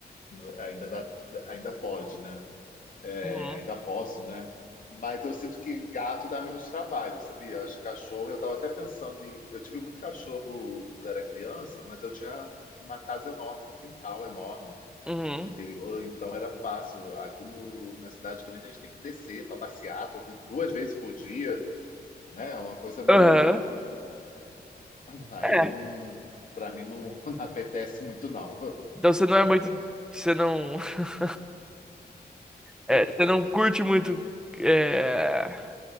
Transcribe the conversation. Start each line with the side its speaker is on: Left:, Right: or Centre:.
Left: no- ainda dá, ainda pode, né? É,
Centre: Uhum.
Left: ainda posso, né? Mas eu sinto que gato dá menos trabalho, sabia? Acho que cachorro, eu estava até pensando em. Eu tive muito cachorro quando era criança, mas eu tinha uma casa enorme, com um quintal enorme
Centre: Uhum.
Left: no interior, então era fácil. Aqui no, na cidade grande a gente tem que descer para passear todo, duas vezes por dia, né? É uma coisa meio.
Centre: Aham.
Left: <clears throat> Aí
Centre: É.
Left: não. Para mim não, <laughs> não apetece muito, não.
Centre: Então você não é muito. Você não. <laughs> É, você não curte muito. É...